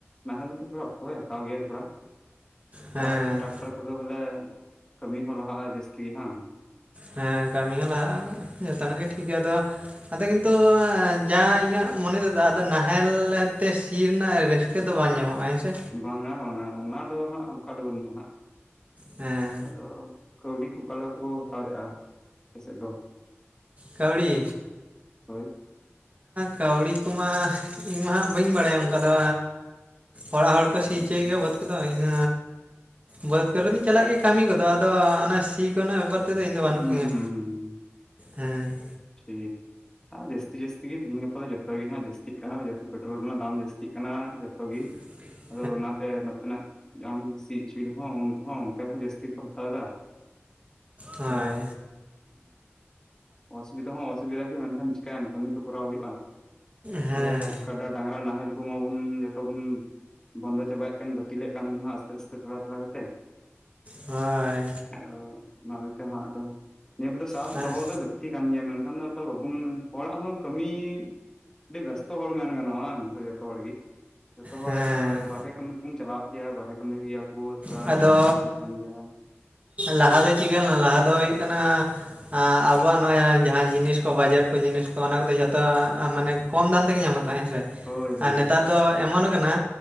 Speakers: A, on the left; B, on the right.
A: ᱱᱟᱦᱮᱞ ᱫᱚ ᱛᱷᱚᱲᱟ ᱚᱠᱛᱚᱭ ᱦᱟᱛᱟᱣ ᱜᱮᱭᱟ ᱛᱷᱚᱲᱟ,
B: ᱦᱮᱸ
A: ᱟᱨ ᱴᱟᱠᱴᱚᱨ ᱠᱚᱫᱚ ᱵᱚᱞᱮ ᱠᱟᱹᱢᱤ ᱦᱚᱸ ᱞᱟᱦᱟᱜᱼᱟ ᱡᱟᱹᱥᱛᱤ ᱦᱟᱸ
B: ᱦᱮᱸ ᱠᱟᱹᱢᱤ ᱦᱚᱸ ᱞᱟᱦᱟᱜᱼᱟ, ᱡᱚᱛᱚᱱᱟᱜ ᱜᱮ ᱴᱷᱤᱠ ᱜᱮᱭᱟ, ᱟᱫᱚ ᱟᱫᱚ ᱠᱤᱱᱛᱩ ᱡᱟ ᱤᱧᱟᱹᱜ ᱢᱚᱱᱮ ᱮᱫᱟ ᱞᱮᱫᱟ ᱱᱟᱦᱮᱞ ᱛᱮ ᱥᱤ ᱨᱮᱱᱟᱜ ᱨᱟᱹᱥᱠᱟᱹ, ᱪᱮᱫ ᱦᱚᱸ ᱵᱟᱝ ᱧᱟᱢᱚᱜᱼᱟ ᱦᱮᱸ ᱥᱮ?
A: ᱵᱟᱝᱟ ᱵᱟᱝᱟ ᱚᱱᱟ ᱫᱚ ᱦᱟᱸᱜ ᱚᱱᱠᱟ ᱫᱚ ᱵᱟᱹᱱᱩᱜᱼᱟ ᱦᱟᱸᱜ,
B: ᱦᱮᱸ
A: ᱟᱫᱚ ᱠᱟᱹᱣᱰᱤ ᱠᱚ ᱚᱠᱟ ᱞᱮᱠᱟ ᱠᱚ ᱦᱟᱛᱟᱣᱮᱜᱼᱟ ᱟᱯᱮ ᱥᱮᱫ ᱫᱚ?
B: ᱠᱟᱹᱣᱲᱤ?
A: ᱦᱳᱭ,
B: ᱠᱟᱹᱣᱰᱤ ᱠᱚᱢᱟ ᱤᱧᱢᱟ ᱦᱟᱸᱜ ᱵᱟᱹᱧ ᱵᱟᱲᱟᱭᱟ ᱚᱱᱠᱟ ᱫᱚ ᱚᱲᱟᱜ ᱦᱚᱲ ᱠᱚ ᱥᱤ ᱦᱚᱪᱚᱭ
A: ᱟᱪᱪᱷᱟ
B: ᱜᱮ ᱵᱟᱹᱫᱽ ᱠᱚᱫᱚ ᱤᱧ ᱵᱟᱹᱫᱽ ᱠᱚᱨᱮ ᱫᱚᱧ ᱪᱟᱞᱟᱜ ᱜᱮᱭᱟ ᱠᱟᱹᱢᱤ ᱠᱚᱫᱚ ᱟᱫᱚ ᱚᱱᱟ ᱥᱤ ᱠᱚᱨᱮᱱᱟᱜ ᱵᱮᱯᱟᱨ ᱛᱮᱫᱚ ᱤᱧ ᱫᱚ ᱵᱟᱹᱱᱩᱜ
A: ᱦᱩᱸ
B: ᱛᱤᱧᱟᱹ
A: ᱦᱩᱸ ᱦᱩᱸ ᱦᱩᱸ
B: ᱦᱮᱸ ᱾
A: ᱴᱷᱤᱠ, ᱡᱟᱹᱥᱛᱤ ᱡᱟᱹᱥᱛᱤ ᱜᱮ ᱛᱤᱦᱮᱧ ᱜᱟᱯᱟ ᱫᱚ ᱡᱚᱛᱚ ᱜᱮ ᱦᱟᱸᱜ ᱡᱟᱹᱥᱛᱤᱜ ᱠᱟᱱᱟ ᱡᱚᱛᱚ ᱯᱮᱴᱨᱳᱞ ᱨᱮᱱᱟᱜ ᱫᱟᱢ ᱡᱟᱹᱥᱛᱤᱜ ᱠᱟᱱᱟ ᱡᱚᱛᱚ ᱜᱮ᱾
B: <inaudible>
A: ᱟᱫᱚ ᱚᱱᱟᱛᱮ ᱱᱚᱛᱮᱱᱟᱜ ᱡᱟᱢ ᱥᱤ ᱦᱚᱪᱚᱭ ᱨᱮᱦᱚᱸ ᱩᱱ ᱛᱮᱦᱚᱸ ᱚᱱᱛᱮ ᱦᱚᱸ ᱡᱟᱹᱥᱛᱤ ᱠᱚ ᱦᱟᱛᱟᱣ ᱮᱫᱟ᱾
B: ᱦᱳᱭ,
A: ᱟᱫᱚ ᱥᱩᱵᱤᱫᱷᱟ ᱦᱚᱸ ᱚᱥᱩᱵᱤᱫᱟ ᱜᱮ ᱢᱮᱱᱠᱷᱟᱱ ᱪᱤᱠᱟᱭᱟᱢ ᱠᱟᱹᱢᱤ ᱛᱚ ᱠᱚᱨᱟᱣ ᱦᱩᱭᱩᱜᱼᱟ,
B: ᱦᱮᱸ
A: ᱱᱚᱜᱚᱭ ᱠᱟᱰᱟ ᱰᱟᱝᱜᱨᱟ ᱱᱟᱦᱮᱞ ᱢᱟᱵᱚᱱ ᱡᱚᱛᱚ ᱵᱚᱱ ᱵᱚᱱᱫᱚ ᱪᱟᱵᱟᱭᱮᱜ ᱠᱟᱱ ᱵᱟᱹᱛᱤᱞ ᱮᱫ ᱠᱟᱱ ᱟᱥᱛᱮᱼᱟᱥᱛᱮ ᱛᱷᱚᱲᱟ ᱛᱷᱚᱲᱟ ᱠᱟᱛᱮ᱾
B: ᱦᱳᱭ
A: ᱚᱱᱟ ᱜᱮ ᱟᱫᱚ ᱱᱤᱭᱟᱹ ᱠᱚᱫᱚ ᱥᱟᱵ
B: ᱟ-
A: ᱫᱚᱦᱚ ᱫᱚ ᱠᱟᱱ ᱜᱮᱭᱟ, ᱢᱮᱱᱠᱷᱟᱱ ᱫᱚ ᱟᱫᱚ ᱵᱟᱵᱚᱱ ᱦᱚᱲᱟᱜ ᱦᱚᱸ ᱠᱟᱹᱢᱤ ᱟᱹᱰᱤ ᱵᱮᱥᱛᱚ ᱦᱚᱲ ᱢᱮᱱ ᱜᱟᱱᱚᱜᱼᱟ ᱩᱱᱠᱩ ᱡᱚᱛᱚ ᱦᱚᱲ ᱜᱮ ᱡᱚᱛᱚ ᱦᱚᱲ
B: ᱦᱮᱸ
A: ᱵᱟᱨᱦᱮ ᱠᱟᱹᱢᱤ ᱠᱚ ᱪᱟᱞᱟᱜ ᱜᱮᱭᱟ ᱵᱟᱨᱦᱮ ᱠᱟᱹᱢᱤᱭ ᱜᱮᱭᱟ ᱠᱚ ᱛᱷᱚᱲᱟ
B: ᱟᱫᱚ
A: ᱵᱟᱨᱦᱮ ᱠᱚᱨᱮ ᱠᱚ ᱛᱟᱦᱮᱸᱱ ᱜᱮᱭᱟ᱾
B: ᱞᱟᱦᱟ ᱫᱚ ᱪᱤᱠᱟᱹ ᱞᱮᱱᱟ ᱞᱟᱦᱟ ᱫᱚ ᱦᱩᱭᱩᱜ ᱠᱟᱱᱟ, ᱟᱵᱚᱣᱟᱜ ᱱᱚᱣᱟ ᱡᱟᱦᱟᱸ ᱡᱤᱱᱤᱥ ᱠᱚ ᱵᱟᱡᱟᱨ ᱠᱚ ᱡᱤᱱᱤᱥ ᱠᱚ ᱚᱱᱟ ᱠᱚᱫᱚ ᱡᱷᱚᱛᱚ ᱢᱟᱱᱮ ᱠᱚᱢ ᱫᱟᱢ ᱛᱮᱜᱮ ᱧᱟᱢᱚᱜ ᱛᱟᱦᱮᱸ ᱦᱮᱸ ᱥᱮ᱾
A: ᱦᱳᱭ ᱦᱳᱭ
B: ᱟᱨ ᱱᱮᱛᱟᱨ ᱫᱚ ᱮᱢᱚᱱ ᱠᱟᱱᱟ